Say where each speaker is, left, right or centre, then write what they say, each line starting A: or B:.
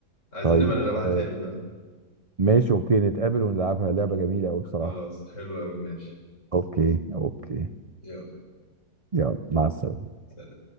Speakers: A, on the left (about 45°); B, on the right (about 35°).
A: عايزين
B: طيب
A: نبقى نلعبها
B: آه
A: تاني بقى
B: ماشي اوكي نتقابل ونلعبها لعبه جميله قوي بصراحه
A: خلاص حلو قوي ماشي
B: اوكي اوكي
A: يلا
B: يلا مع السلامه
A: سلام